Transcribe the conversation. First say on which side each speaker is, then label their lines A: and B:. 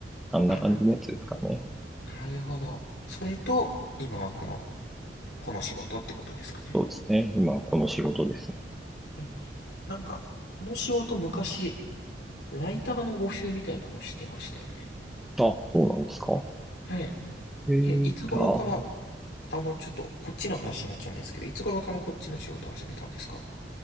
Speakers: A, in the centre; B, on the left (about 70°).
A: あんな感じのやつですかね。
B: ああ、なるほど。それと、今はこの、この仕事ってことですかね。
A: そうですね。今、この仕事ですね。
B: はいはい。なんか、この仕事昔、ライターの募集みたいなのしてましたよね。
A: あ、そうなんですか。
B: はい。
A: ええあ、
B: え、いつ頃から、
A: こ
B: あの、ちょっとこっちの話になっちゃうんですけど、いつ頃からこっちの仕事を始めたんですか